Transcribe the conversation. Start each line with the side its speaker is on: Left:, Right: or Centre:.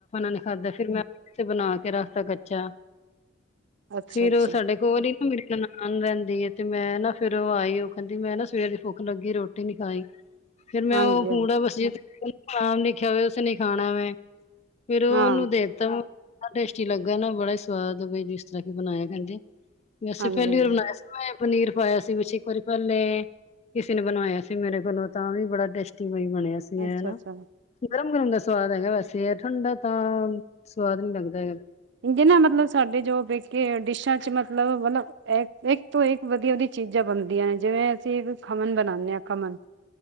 Left: ਨੇ ਖਾਦਾ ਫਿਰ ਮੈਂ ਬਣਾ ਕੇ ਰੱਖਤਾ ਬਚਿਆ
Right: ਅੱਛਾ
Left: ਫਿਰ
Right: ਅੱਛਾ
Left: ਸਾਡੇ ਗੋਰੀ ਭੰਗੜੇ ਨਾ ਦਿੰਦੀ ਹ ਤੇ ਮੈਂ ਨਾ ਫਿਰ ਉਹ ਆਈ ਉਹ ਕਹਿੰਦੀ ਮੈਂ ਨਾ ਸਵੇਰੇ ਭੁੱਖ ਲੱਗੀ <unintelligible>
Right: ਹਾਂਜੀ ਹਾਂਜੀ
Left: ਨੇ ਕਿਹਾ ਵੀ ਉਸੇ ਨਹੀਂ ਖਾਣਾ ਮੈਂ ਫਿਰ ਉਹਨੂੰ
Right: ਹਾਂ
Left: ਦੇ ਤਾ ਟੇਸਟੀ ਲੱਗਾ ਨਾ ਬੜੇ ਸਵਾਦ ਵੇ ਜਿਸ ਤਰਾਂ ਕਿ ਬਣਾਏ ਕਹਿੰਦੇ ਵੈਸੇ
Right: ਹਾਂਜੀ
Left: ਪਹਿਲੀ
Right: ਹਾਂਜੀ
Left: ਵਾਰ ਨਾ ਮੈਂ ਪਨੀਰ ਪਾਇਆ ਸੀ ਵੀ ਇੱਕ ਵਾਰੀ ਪਹਿਲੇ ਕਿਸੇ ਨੇ ਬਣਾਇਆ ਸੀ ਮੇਰੇ ਕੋਲੋਂ ਤਾਂ ਵੀ ਬੜਾ ਟੈਸਟਿੰਗ ਹੀ ਬਣਿਆ ਸੀ
Right: ਅੱਛਾ ਅੱਛਾ
Left: <unintelligible>
Right: ਕਿੰਨੇ ਮਤਲਬ ਸਾਡੇ ਜੋ ਬੀਕੇ ਡਿਸ਼ਾਂ ਚ ਮਤਲਬ ਇਕ ਤੋ ਇਕ ਵਧੀਆ ਵਧੀਆ ਚੀਜ਼ਾਂ ਬਣਦੀਆਂ ਜਿਵੇਂ ਜੇ ਕੁਝ ਖਮਨ ਬਣਾਉਦੇ ਆ ਕਮਨ